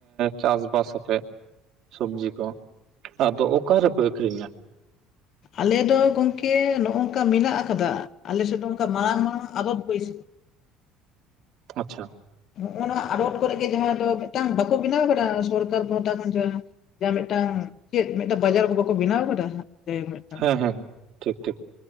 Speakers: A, on the right (about 65°); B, on the left (about 55°).
A: ᱪᱟᱥ ᱵᱟᱥ ᱟᱯᱮ? ᱥᱚᱵᱽᱡᱤ ᱠᱚ ᱟᱫᱚ ᱚᱠᱟ ᱨᱮᱯᱮ ᱟᱹᱠᱷᱨᱤᱧᱟ?
B: ᱟᱞᱮ ᱰᱚ ᱜᱚᱝᱠᱮ ᱱᱚᱜᱼᱚ ᱱᱚᱝᱠᱟ ᱢᱮᱱᱟᱜ ᱟᱠᱟᱫᱟ᱾ ᱟᱞᱮ ᱥᱮᱫ ᱫᱚ ᱚᱱᱠᱟ ᱢᱟᱲᱟᱝ ᱢᱟᱲᱟᱝ ᱟᱵᱚᱫᱽ ᱵᱟᱹᱭᱥᱟᱹᱼᱼ
A: ᱟᱪᱪᱷᱟ᱾
B: ᱱᱚᱜᱼᱚ ᱱᱚᱣᱟ ᱟᱲᱚᱴ ᱠᱚᱨᱮᱜ ᱜᱮ ᱡᱟᱦᱟᱸ ᱫᱚ ᱢᱤᱫᱴᱟᱝ ᱵᱟᱠᱚ ᱵᱮᱱᱟᱣ ᱟᱠᱟᱰᱟ ᱥᱚᱨᱠᱟᱨ? <unintelligible> ᱢᱤᱫᱴᱟᱝ ᱪᱮᱜ ᱢᱤᱫᱴᱟᱝ ᱵᱟᱡᱟᱨ ᱠᱚ ᱵᱟᱠᱚ ᱵᱮᱱᱟᱣ ᱟᱠᱟᱫᱟ? ᱡᱟᱭᱦᱳᱠ ᱢᱮᱫᱴᱟᱝ
A: ᱦᱮᱸ ᱦᱮᱸ ᱴᱷᱤᱠ ᱴᱷᱤᱠ